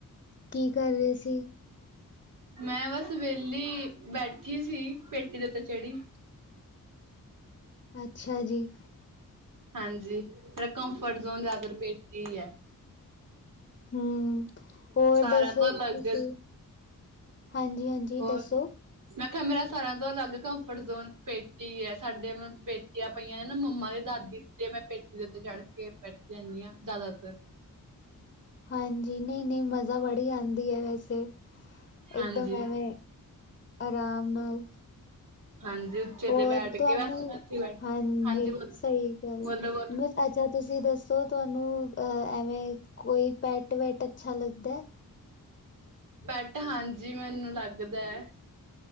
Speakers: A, on the left; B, on the right.
A: ਕੀ ਕਰ ਰਹੇ ਸੀ?
B: ਮੈਂ ਬਸ, ਵਿਹਲੀ ਬੈਠੀ ਸੀ। ਪੇਟੀ ਦੇ ਉੱਤੇ ਚੜੀ।
A: ਅੱਛਾ ਜੀ।
B: ਹਾਂਜੀ, ਮੇਰਾ ਕੰਮਫਟ ਜ਼ੋਨ ਜ਼ਿਆਦਾਤਰ ਪੇਟੀ ਐ।
A: ਹੂੰ, ਹੋਰ
B: ਸਾਰਿਆਂ
A: ਦੱਸੋ
B: ਤੋਂ ਅਲੱਗ
A: ਤੁਸੀਂ? ਹਾਂਜੀ-ਹਾਂਜੀ।
B: ਹੋਰ।
A: ਦੱਸੋ?
B: ਮੈਂ ਕਿਹਾ ਮੇਰਾ ਸਾਰਿਆਂ ਤੋਂ ਅਲੱਗ ਕੰਮਫਟ ਜ਼ੋਨ ਪੇਟੀ ਐ। ਸਾਡੇ ਮਬ, ਪੇਟੀਆਂ ਪਈਆਂ ਨੇ ਨਾ, ਮੰਮਾ ਦੇ ਦਾਦੀ ਤੇ ਮੈਂ ਪੇਟੀ ਦੇ ਉੱਤੇ ਚੜ੍ਹ ਕੇ ਬੈਠੀ ਰਹਿੰਨੀ ਆ, ਜ਼ਿਆਦਾਤਰ।
A: ਹਾਂਜੀ ਨਹੀਂ-ਨਹੀਂ, ਮਜ਼ਾ ਬੜੀ ਆਂਦੀ ਐ ਵੈਸੇ।
B: ਹਾਂਜੀ
A: ਇਕਦਮ ਐਵੇਂ ਆਰਾਾਮ ਨਾਲ
B: ਹਾਂਜੀ। ਉੱਚੇ
A: ਹੋਰ
B: ਤੇ ਬੈਠ
A: ਤੁਵਾਨੂੰ,
B: ਕੇ ਬਸ ਮੈਂ ਉੱਥੇ ਬੈਠ
A: ਹਾਂਜੀ,
B: ਬੋਲੋ
A: ਸਹੀ ਗੱਲ
B: ਬੋਲੋ
A: ਐ।
B: ਬੋਲੋ
A: ਮਤ ਅੱਛਾ ਤੁਸੀਂ ਦੱਸੋ? ਤੁਹਾਨੂੰ ਐਵੇਂ ਕੋਈ ਪੈਟ-ਵੈਟ ਅੱਛਾ ਲੱਗਦੈ।
B: ਪੈਟ, ਹਾਂਜੀ ਮੈਨੂੰ ਲੱਗਦਾ ਐ।